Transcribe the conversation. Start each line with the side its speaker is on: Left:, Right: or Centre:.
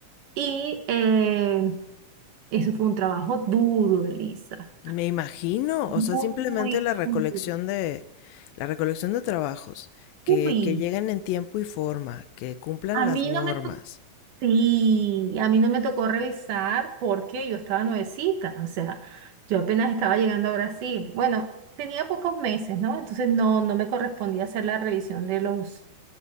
Right: Y eh, eso fue un trabajo duro, Elisa.
Left: Me imagino, o
Right: Muy
Left: sea, simplemente la recolección
Right: duro.
Left: de la recolección de trabajos que,
Right: Uy,
Left: que lleguen en tiempo y forma, que cumplan
Right: a
Left: las
Right: mí
Left: normas.
Right: no me tocó Y a mí no me tocó revisar porque yo estaba nuevecita, o sea, yo apenas estaba llegando a Brasil. Bueno, tenía pocos meses, ¿no? Entonces no, no me correspondía hacer la revisión de los